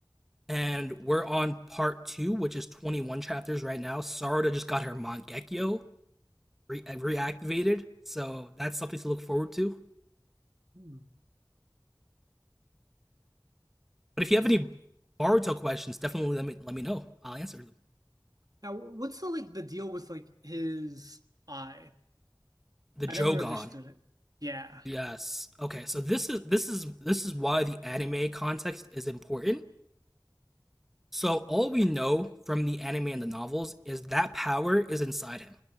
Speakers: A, in the centre; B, on the right.
A: and we're on part two, which is 21 chapters right now. Sarada just got her Mangekyo re- reactivated, so that's something to look forward to.
B: Hmm.
A: But if you have
B: It's,
A: any Boruto questions, definitely let me let me know. I'll answer them.
B: now, what's the like the deal with like his eye?
A: The
B: I
A: Jogan.
B: never understood it. Yeah,
A: Yes. Okay. So this is this is this is why the anime context is important. So all we know from the anime and the novels is that power is inside him.